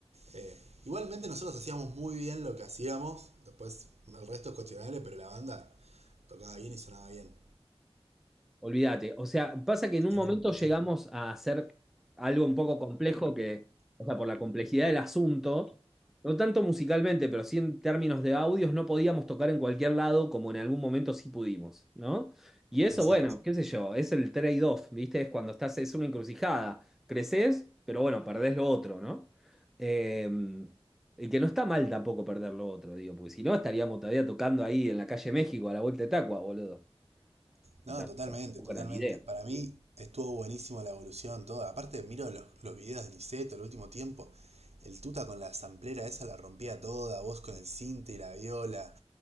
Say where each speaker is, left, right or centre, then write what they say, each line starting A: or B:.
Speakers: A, on the right; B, in the centre.
A: Eh, igualmente nosotros hacíamos muy bien lo que hacíamos. Después el resto es cuestionable, pero la banda tocaba bien y sonaba bien.
B: Olvídate. O sea, pasa que en un
A: En
B: momento
A: el-
B: llegamos
A: en-
B: a hacer algo un poco complejo que, o sea, por la complejidad del asunto, no tanto musicalmente, pero sí en términos de audios, no podíamos tocar en cualquier lado como en algún momento sí pudimos, ¿no? Y eso,
A: exacto.
B: bueno, qué sé yo, es el trade-off, ¿viste? Es cuando estás, es una encrucijada. Creces, pero bueno, perdés lo otro, ¿no? Eh, y que no está mal tampoco perder lo otro, digo, porque si no estaríamos todavía tocando ahí en la calle México a la vuelta de Tacua, boludo.
A: No,
B: Y tampoco
A: totalmente, totalmente.
B: era la idea.
A: Para mí estuvo buenísimo la evolución, todo. Aparte, miro los, los videos de Niceto el último tiempo. El Tuta con la samplera esa la rompía toda, vos con el cinte y la viola.